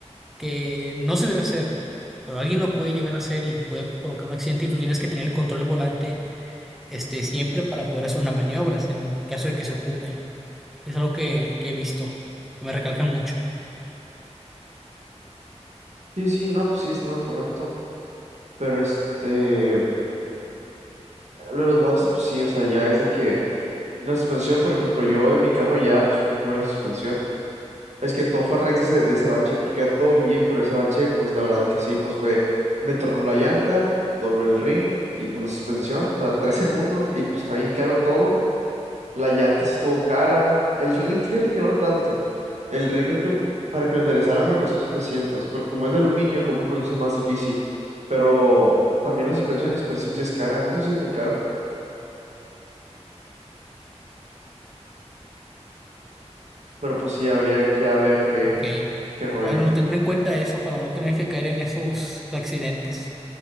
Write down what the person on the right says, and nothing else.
Sí, sí, no, pues sí, está en lo correcto. Pero este, lo de los baches, pues sí, o sea, ya es de que la suspensión, por ejemplo, yo en mi carro ya, pues como cambié la suspensión. Es que todo fue a raíz de ese, de ese bache, porque iba todo bien, pero ese bache, pues la verdad que sí, pues fue, me tornó la llanta, dobló el ring y pues la suspensión, o sea, <laughs> tres en uno, y pues está bien caro todo. La llanta sí estuvo cara. El ring, fíjate que no tanto. El ring creo que para que lo enderezaran me costó 700, porque como es de aluminio, como un proceso más difícil. Pero también la suspensión, la suspensión sí es cara. Eso sí es muy caro. Pero pues sí, habría que a ver qué,
qué rollo.